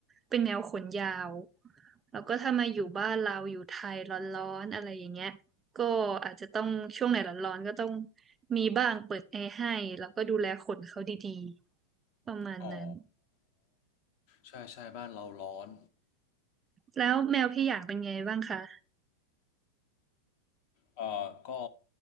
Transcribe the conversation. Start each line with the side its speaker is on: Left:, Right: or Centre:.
Right: เป็นแมวขนยาวแล้วก็ถ้ามาอยู่บ้านเราอยู่ไทยร้อนๆอะไรอย่างเงี้ย ก็อาจจะต้องช่วงไหนร้อนๆก็ต้องมีบ้างเปิดแอร์ให้แล้วก็ดูแลขนเขาดีๆประมาณนั้น
Left: อ๋อใช่ใช่บ้านเราร้อน
Right: แล้วแมวพี่อย่างเป็นไงบ้างคะ
Left: เอ่อก็